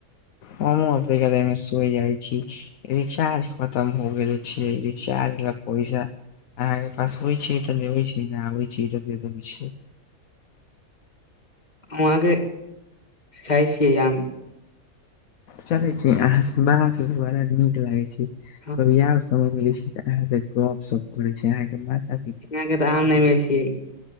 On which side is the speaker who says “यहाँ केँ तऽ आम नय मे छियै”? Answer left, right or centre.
Left